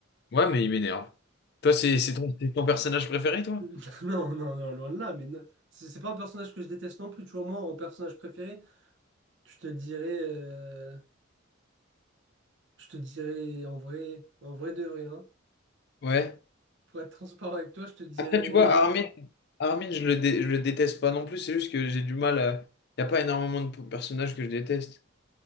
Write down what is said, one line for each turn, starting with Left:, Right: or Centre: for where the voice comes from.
Left: Ouais, mais il m'énerve. Toi, c'est c'est ton, c'est ton personnage préféré, toi?
Right: <laughs> Non, non, non, loin de là, mais non. C'est c'est pas un personnage que je déteste non plus, tu vois. Moi, en personnage préféré, je te dirais, euh, je te dirais en vrai, en vrai de vrai, hein.
Left: Ouais.
Right: Pour être transparent avec toi, je te dirais
Left: Après, tu vois, Armin, Armin, je le, dé- je le déteste pas non plus, c'est juste que j'ai du mal à... Il a pas énormément de p- personnages que je déteste.